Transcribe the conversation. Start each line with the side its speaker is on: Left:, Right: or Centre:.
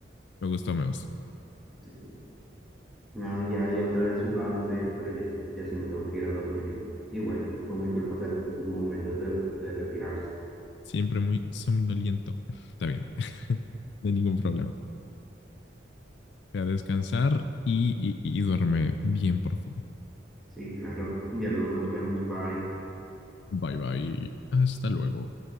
Left: me gustó, me gustó.
Centre: Sí. Nada, ya, ya otra vez jugamos de, pero ya, ya sí me tengo que ir a dormir. Igual fue muy cool pasar estos momentos de, de retirarse.
Left: Siempre muy somnoliento. Está bien. <laughs> No hay ningún problema. Voy a descansar y, y, y duerme bien por fin.
Centre: Sí, claro. Ya luego nos vemos. Bye.
Left: Bye bye. Hasta luego.